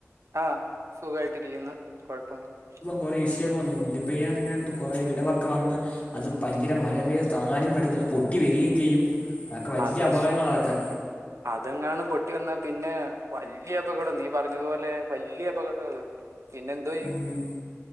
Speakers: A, on the right; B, on the left.
A: ആഹ് സുഖമായിട്ടിരിക്കുന്നു കൊഴപ്പങ്ങളൊന്നുയില്ല
B: കൊറേ ഇഷ്യൂ ഒക്കെ വന്ന് മുല്ലപ്പെരിയാർ ഇങ്ങനെ എന്തോ കുറെ വിടവോക്കെ വന്ന് അത് ഭയങ്കര മഴ പെയ്താ താങ്ങാനും പറ്റത്തില്ല പൊട്ടി വരികയും ചെയ്യും അതൊക്കെ വലിയ
A: അതും
B: അപകടങ്ങളാണ്
A: ശരിയാ
B: അതൊക്കെ
A: അതെങ്ങാണ് പൊട്ടി വന്ന പിന്നെ വല്ലിയ അപകടം നീ പറഞ്ഞതുപോലെ വല്ലിയ അപകടം അത് പിന്നെ എന്തോ ചെയ്യും
B: ഉം.